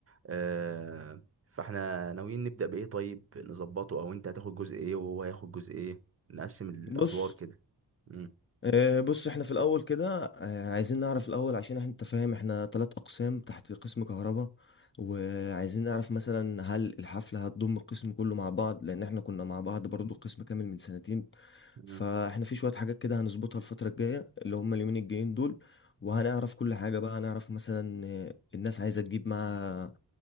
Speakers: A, on the right; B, on the left.
A: آه، فاحنا ناويين نبدأ بايه طيب نظبطه او انت هتاخد جزء ايه وهو هياخد جزء ايه نقسم الادوار
B: بص
A: كده مم.
B: إيه بص احنا في الاول كده آه، عايزين نعرف الاول عشان احنا انت فاهم احنا ثلاث اقسام تحت قسم كهرباء وعايزين نعرف مثلا هل الحفلة هتضم القسم كله مع بعض لان احنا كنا مع بعض برضو قسم كامل من سنتين
A: مم.
B: فاحنا في شوية حاجات كده هنظبطها الفترة الجاية اللي هم اليومين الجايين دول وهنعرف كل حاجة بقى هنعرف مثلا آه، الناس عايزة تجيب معاها